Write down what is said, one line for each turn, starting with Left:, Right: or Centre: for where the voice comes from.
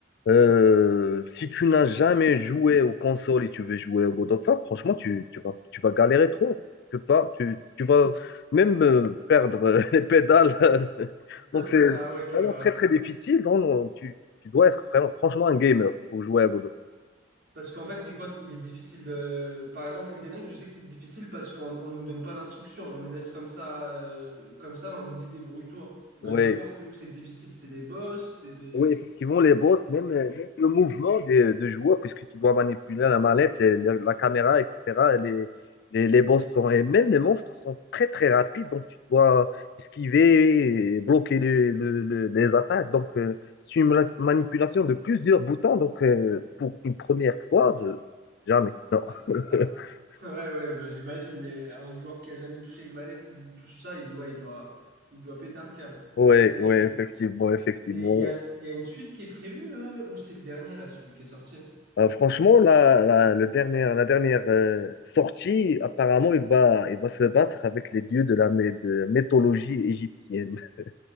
Left: Euh, si tu n'as jamais joué aux consoles et tu veux jouer au God of War, franchement, tu, tu vas, tu vas galérer trop. Tu peux pas, tu, tu vas même euh, perdre euh, <laughs> les pédales. <laughs>
Right: <laughs>
Left: Donc, c'est
Right: Ah
Left: c'est
Right: ouais, tu
Left: vraiment
Right: vas...
Left: très très difficile. Donc, euh, tu, tu dois être vraiment- franchement un gamer pour jouer à God of War.
Right: Parce qu'en fait, c'est quoi? c'est- Il est difficile de. Par exemple, Elden Ring, je sais que c'est difficile parce qu'on on nous donne pas d'instructions. On nous laisse comme ça, euh, comme ça, on nous dit débrouille-toi. God
Left: Oui,
Right: of War, c'est où que c'est difficile? C'est les boss, c'est les.
Left: Oui, effectivement, les boss, même, euh, même le mouvement des, des joueurs, puisque tu dois manipuler la mallette, les- les- la caméra, etc. Les, les, les boss sont, et même les monstres sont très très rapides, donc tu dois esquiver et bloquer le- le- le- les attaques. Donc, euh, c'est une mala- manipulation de plusieurs boutons, donc euh, pour une première fois, de... jamais. Non.
Right: Ah,
Left: <laughs>
Right: ah. <laughs> Ouais, ouais, bah, j'imagine. les- Un joueur qui a jamais touché une manette, il touche ça, il, ouais, il doit, il doit péter un câble.
Left: Oui,
Right: Ça, c'est
Left: oui,
Right: sûr.
Left: effectivement, effectivement.
Right: Et il y a, il y a une suite qui est prévue, euh, ou c'est le dernier, là, celui qui est sorti?
Left: Euh, franchement, la, la, le dernier, la dernière euh, sortie, apparemment, il va, il va se battre avec les dieux de la mé- de mythologie égyptienne. <laughs>